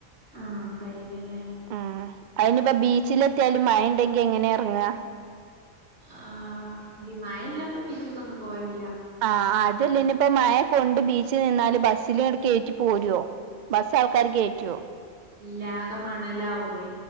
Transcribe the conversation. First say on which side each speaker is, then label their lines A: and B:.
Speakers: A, on the right; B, on the right.
A: ആഹ. കയ്യില്ലല്ലേ?
B: ആഹ് അയിഞ്ഞ്പ്പൊ ബീച്ചിലെ ത്തിയാലും മയണ്ടെങ്കി എങ്ങനെ എറങ്ങാ
A: ആഹ് ബി മയള്ളപ്പൊ ബീച്ച്കൊ ന്നും പോവയില്ല
B: ആഹ് അതല്ലിനിപ്പോ മയ കൊണ്ട് ബീച്ചിൽ നിന്നാല് ബസ്സില്ണ്ണ്ട്‌കേറ്റി പോരൊ ബസ്സ് ആൾക്കാര് കേറ്റോ
A: ല്ലാകേമണലാവുലേ